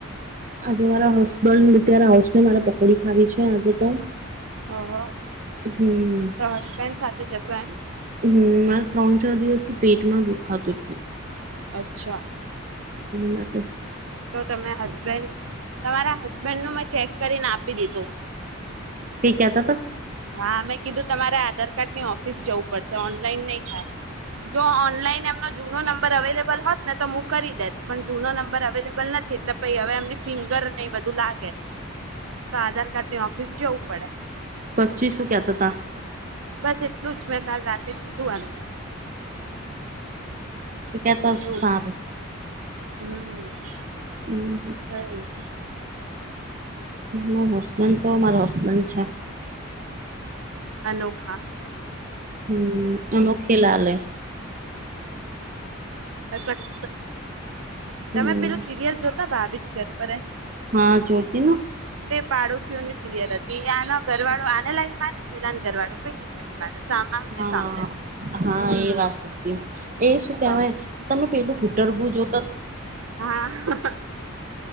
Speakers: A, on the right; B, on the right.
A: આજે મારા હસબન્ડ અત્યારે આવશે. મારે પકોડી ખાવી છે, આજે તો.
B: ઓહ
A: હમ
B: તો હસબેન્ડ સાથે જશો એમ.
A: હમ ત્રણ ચાર દિવસ પેટમાં દુખાત હતું.
B: અચ્છા.
A: ના તે
B: તો તમે હસબેન્ડ. તમારા હસબેન્ડનું મેં ચેક કરીને આપી દીધું.
A: કઈક કેહતા.
B: હા, મે કીધું તમારે આધાર કાર્ડની ઓફિસ જવું પડશે. ઓનલાઈન નહી થાય. જો ઓનલાઈન એમનો જૂનો નંબર અવેલેબલ હોત ને, તો હું કરી દેસ પણ જૂનો નંબર અવેલેબલ નથી. એટલે પહી હવે, એમને ફિંગર નહીં બધું લાગે છે. તો આધાર કાર્ડની ઓફિસ જવું પડે.
A: <inaudible> હતા.
B: બસ એટલું જ મેં કાલ રાતે કીધું અમને.
A: તો કેતાશે
B: એવું
A: સાર.
B: હમ <unintelligible>
A: હમ મા હસબેન્ડ તો મારો હસબન્ડ છે.
B: અનોખા.
A: હમ અનોખે લાલ હે
B: અખ તમે
A: હમ
B: પેલું સીરિયલ જો. ભાભીજી ઘર પર હ.
A: હા જોતી.
B: પાડોશી ની સિરયર હતીયાનો ઘર વાળો આને લાઈન મારે પેલા ઘર વાળો પેલી ને લાઈન મારે. આમને
A: હા
B: સામને
A: હા
B: હમ
A: એ વાત. એ શું કેહેવાય
B: તો
A: તમે પેલું ઘૂટરવું જો <inaudible>
B: હા